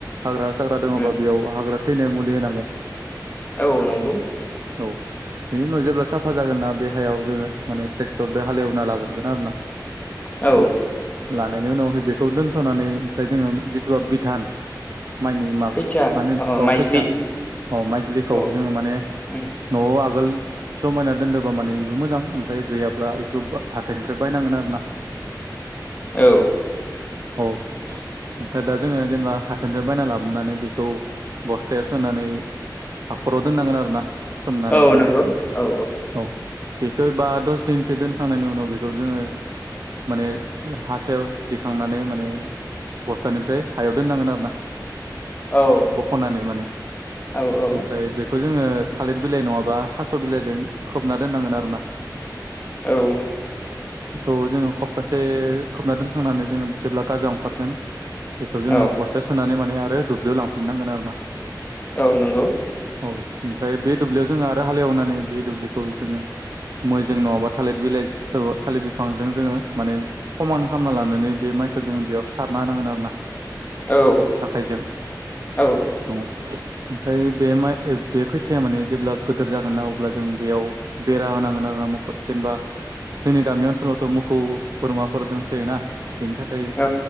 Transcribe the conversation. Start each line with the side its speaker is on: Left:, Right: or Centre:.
Right: हाग्रा साग्रा दङबा
Left: उम
Right: बेयाव हाग्रा थैनाय मुलि होनांगोन
Left: औ नंगौ
Right: औ बेनि उनाव जेब्ला साफा जागोन ना बे हायाव जोङो माने ट्रेक्टरजों हालेवना लाग्रोगोन आरो ना
Left: औ
Right: लानायनि उनाव बेखौ दोनथ'नानै ओमफ्राय जोङो जिथु बिधान माइनि माबा
Left: खैथिया
Right: माने अ
Left: माइज्लि
Right: खैथा अ माइजलिखौ
Left: औ
Right: जोङो माने
Left: उम
Right: न'आव आगोल जमायना दोनदों बा माने बो मोजां ओमफ्राय गैयाब्ला बेखौ हाथाइनिफ्राय बायनांगोन आरो ना
Left: औ
Right: औ ओमफ्राय दा जोङो जेनेबा हाथायनिफ्राय बायना लाबोनानै बेखौ बस्थायाव सोनानै हाखराव दोननांगोन आरो ना सोमनानै
Left: औ
Right: माने
Left: नंगौ औ
Right: औ बेखौ बा दस दिनसो दोनखांनायनि उनाव बेखौ जोङो माने हासायाव दिखांनानै माने बस्थानिफ्राय हायाव दोननांगोन आरो ना
Left: औ
Right: बख'नानै माने ओमफ्राय
Left: औ
Right: बे खौ जोङो थालिर बिलाइ नङाबा थास' बिलाइदों खोबना दोननांगोन आरोना
Left: औ
Right: बेखौ जोङो हबथासे खोबना दोनखांनानै जोङो जेब्ला गाजा ओंखारगोन बेखौ जोङो
Left: औ
Right: बस्थायाव सोनानै माने आरो दुब्लियाव लांफिन नांगोन आरो ना
Left: ओं नंगौ
Right: औ ओमफ्राय बे दुब्लियाव जोङो आरो हालेवनानै बे दुब्लिखौ जोङो मैजों नङाब्ला थालिर बिलाइ थालिर बिफांजों जोङो माने खमान खालामना लानानै बे माइखौ जोङो बेयाव सारना होनांगोन आरो ना
Left: औ
Right: आखाइजों
Left: औ
Right: <unintelligible> ओमफ्राय बे माइ बे खोथियाया माने जेब्ला गोदोर जागोन ना अब्ला जों बेयाव बेरा होनांगोन आरो ना मोखद जेनेबा जोंनि गामि ओनसोलावथ' मोखौ बोरमाफोर दंसोयोना बेनि था बै
Left: औ